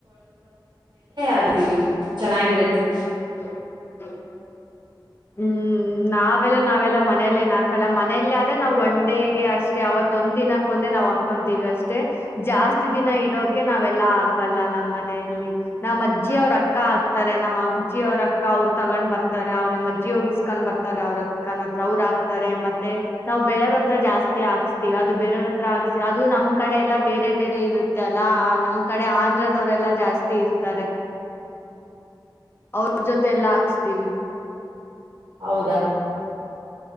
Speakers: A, on the right; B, on the left.
A: ಅದತೀವಿ ಚೆನ್ನಾಗಿರತ್ತೆ
B: <unintelligible> ಹ್ಮ್ ನಾವೆಲ್ಲ ನಾವೆಲ್ಲ ಮನೆಲೆ ನಾಕಲ್ಲ ಮನೆಲ್ಲೆ ಆದ್ರೆ ನಾವ್ ಒನ್ ಡೇ ಗೆ ಅಷ್ ಷ್ಟೇ ಅವತ್ತೊಂದ್ ದಿನಕ್ಕೊಂದೆ ನಾವ್ ಹಾಕ್ಕಂತೀವಿ ಅಷ್ಟೆ ಜಾಸ್ತಿ ದಿನ ಇಡೋಕೆ ನಾವೆಲ್ಲಾ ಹಾಕಲ್ಲ ನಮ್ಮ್ ಮನೆಯಲ್ಲಿ ನಮ್ಮ್ ಅಜ್ಜಿ ಅವ್ರ ಅಕ್ಕ ಹಾಕ್ತಾರೆ. ನಮ್ಮ್ ಅಜ್ಜಿ ಅವ್ರ ಅಕ್ಕ ಅವರು ತಗೊಂಡ್ ಬರ್ತಾರೆ ಅವ ನಮ್ ನಮ್ಮಜ್ಜಿ ಹೋಗಿಸ್ಕೊಂಡ್ ಬರ್ತಾರೆ ಅವ್ರಕ್ಕನತ್ರ ಅವ್ರ್ ಹಾಕ್ತಾರೆ ಮತ್ತೆ ನಾವು ಬೇರವ್ರತ್ರ ಜಾಸ್ತಿ ಹಾಕ್ಸ್ತಿವಿ. ಅದು ಬೇರವ್ರ ಹತ್ರ ಹಾಕ್ಸ್ತಿ ಅದು ನಮ್ಮ್ ಕಡೆ ಎಲ್ಲ ಬೇರೆ ಬೇರೆ ಇರು ತ್ತೆ ಅಲಾ ನಮ್ ಕಡೆ ಆ ದ್ರ ದವ್ರೆಲ್ಲಾ ಜಾಸ್ತಿ ಇರ್ತಾರೆ ಅವ್ರ ಜೊತೆ ಎಲ್ಲಾ ಹಾಕ್ಸ್ತೀವಿ.
A: ಹೌದಾ